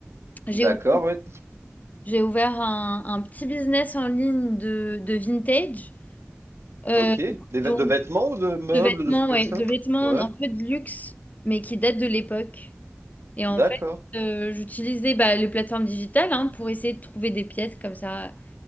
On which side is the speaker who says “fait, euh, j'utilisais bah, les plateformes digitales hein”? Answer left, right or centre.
Left